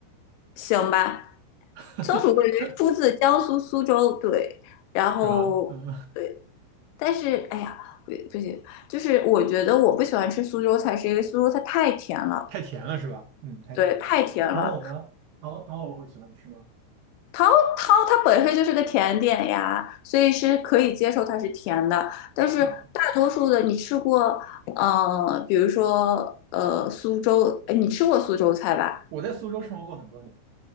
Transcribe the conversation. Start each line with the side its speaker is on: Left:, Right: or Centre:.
Left: 行吧，
Right: <laughs>，
Left: 松鼠桂鱼出自江苏苏州，对，然后。
Right: 是吧？嗯，
Left: 对。但是哎呀，不不行，就是我觉得我不喜欢吃苏州菜，是因为苏州菜太甜了，
Right: <laughs> 太甜了是吧？嗯，太甜了。
Left: 对，太甜了。
Right: 糖藕呢？糖藕糖藕会喜欢吃吗？
Left: 桃桃它本身就是个甜点呀，所以是可以接受它是甜的。但是大多数的你吃过，
Right: 啊，
Left: 呃，比如说呃苏州，哎，你吃过苏州菜吧？
Right: 我在苏州生活过很多年